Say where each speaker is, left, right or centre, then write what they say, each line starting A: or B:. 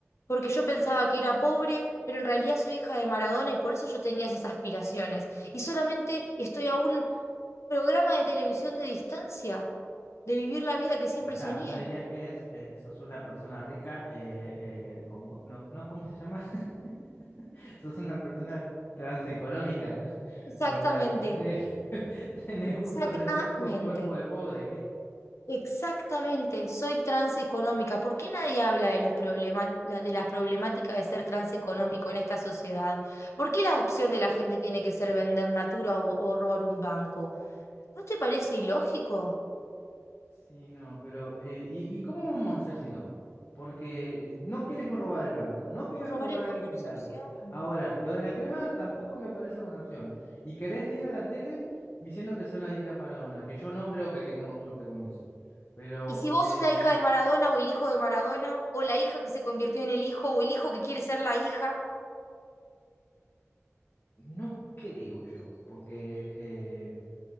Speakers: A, on the left; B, on the left.
A: porque yo pensaba que era pobre, pero en realidad soy hija de Maradona y por eso yo tenía esas aspiraciones, y solamente estoy a un programa de televisión de distancia de vivir la vida que siempre
B: O sea,
A: soñé.
B: vos me dirías que es, eh, sos una persona rica, eh, eh, con, cu- no, no, ¿cómo se llama? <laughs> Sos una persona transeconómica. <laughs>
A: Exactamente,
B: O sea, que tenés, <laughs> tenés
A: exactamente.
B: gustos de rico con cuerpo de pobre.
A: Exactamente, soy transeconómica. ¿Por qué nadie habla de los problema- la- de las problemáticas de ser transeconómico en esta sociedad? ¿Por qué la opción de la gente tiene que ser vender Natura o, o robar un banco? ¿No te parece ilógico?
B: Sí, no, pero eh, ¿y, y cómo vamos a hacer si no? Porque no quieres robar el banco, no quieres
A: No, robar
B: robar
A: el banco
B: el blindado.
A: no es opción.
B: Ahora, lo de la crema tampoco me parece buena opción. Y querés ir a la tele diciendo que sos la hija de Maradona, que yo no creo que tengamos suerte con eso. Pero,
A: Y si vos
B: eh,
A: sos la hija de Maradona o el hijo de Maradona, o la hija que se convirtió en el hijo, o el hijo que quiere ser la hija,
B: No creo yo, porque eh,